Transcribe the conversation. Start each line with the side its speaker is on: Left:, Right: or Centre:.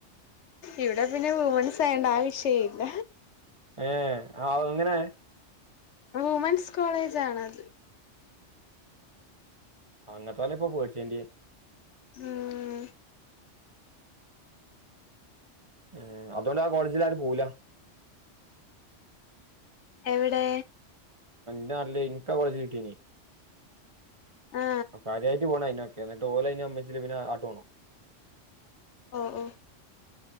Left: ഇവിടെ പിന്നെ വമൺസ് ആയണ്ട ആ വിഷയ ഇല്ല
Right: ഏ ആ അങ്ങനെ
Left: വുമൻസ് കോളേജ ആണത്
Right: അങ്ങനത്തെ പോല ഇപ്പൊ പേടിച്ചേന്ന്റെ
Left: ഉം
Right: ഏർ അതുകൊണ്ട് ആ കോളേജില ആും പോവല
Left: എവിടെ
Right: ഞാൻാല്ല ഇനിക്കാ കോളേജിൽ കിട്ടീന
Left: ആ
Right: കാര്യമായിട്ട് പോണ അതിനക്കെ എന്നിട്ട് പോഓലെ അ അമ്മച്ച പിന്നെ ആട്ട് പോണോ
Left: <unintelligible>